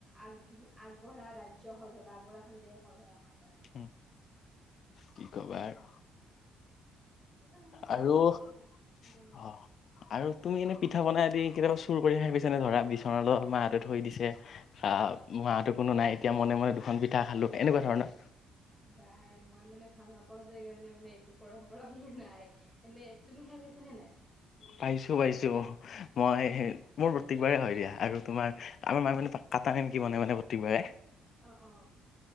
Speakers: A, in the centre; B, on the left.
A: আগ-আগবঢ়া ৰাজ্য হ'ল হয় বা আগবঢ়া এখন দেশ হ'ল হয় আমাৰ কাৰণে।
B: হম, কি ক'বা আৰু।
A: এনেকুৱা ধৰণৰ বহুত
B: আৰু
A: আছে
B: অহ,
A: দিয়া। অ',
B: আৰু তুমি এনে পিঠা পনা আদি কেতিয়াবা চুৰ কৰি খাই পাইছা নে ধৰা বিচনাতলত ধৰা মাহঁতে থৈ দিছে আহ মাহঁতো কোনো নাই এতিয়া মনে-মনে দুখন পিঠা খালোঁ এনেকুৱা ধৰণৰ?
A: <unintelligible> মই মানে ভাল নাপাওঁ যে এইকাৰণে মানে এইটো পৰম্পৰা মোৰ নাই। এনে তুমি খাই পাইছা নে নাই?
B: পাইছোঁ-পাইছোঁ মই মোৰ প্ৰত্যেকবাৰে হয় দিয়া আৰু তোমাৰ আমাৰ মায়ে মানে কাটা নিমকি বনাই মানে প্ৰত্যিকবাৰে।
A: অ', অ',